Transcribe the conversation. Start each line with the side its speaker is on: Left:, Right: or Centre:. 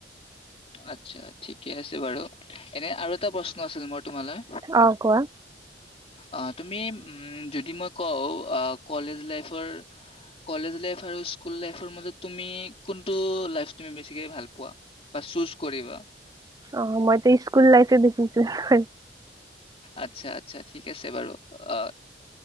Left: আচ্ছা ঠিকে আছে বাৰু এনে আৰু এটা প্ৰশ্ন আছিল মোৰ তোমালৈ
Right: অ কোৱা
Left: অ তুমি উম যদি মই কওঁ আহ কলেজ লাইফৰ কলেজ লাইফ আৰু স্কুল লাইফৰ মাজত তুমি কোনটো বেছিকৈ ভালপোৱা বা ছোচ কৰিবা
Right: অ মইত স্কুল লাইফ বেছি এইচ কৰিম
Left: আচ্ছা আচ্ছা ঠিক আছে বাৰু অ